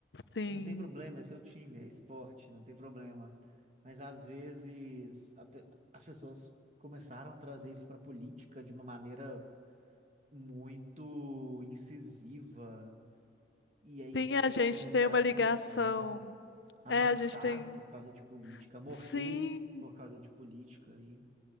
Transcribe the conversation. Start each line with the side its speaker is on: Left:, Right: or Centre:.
Left: sim.
Right: Não tem problema, é seu time, é esporte, não tem problema. Mas às vezes a pe- as pessoas começaram a trazer isso para a política de uma maneira muito incisiva e aí
Left: Sim,
Right: as pessoas
Left: a gente
Right: comentaram,
Left: tem uma ligação.
Right: começaram a
Left: É,
Right: matar
Left: a gente tem.
Right: por causa de política, a morrer
Left: Sim,
Right: por causa de política. E